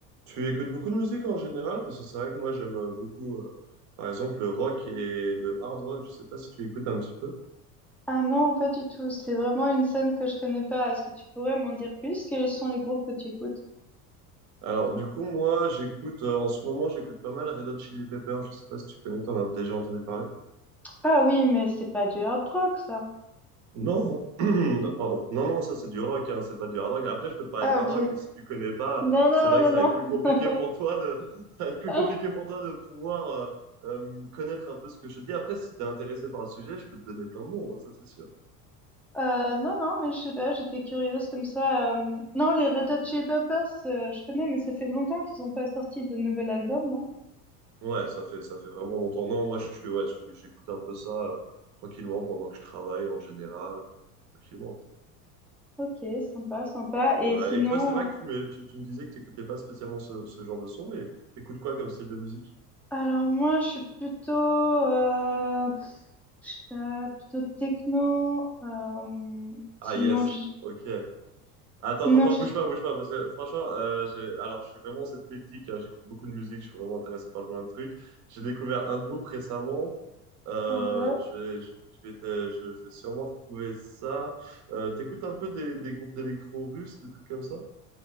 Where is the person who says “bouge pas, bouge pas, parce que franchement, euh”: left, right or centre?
Right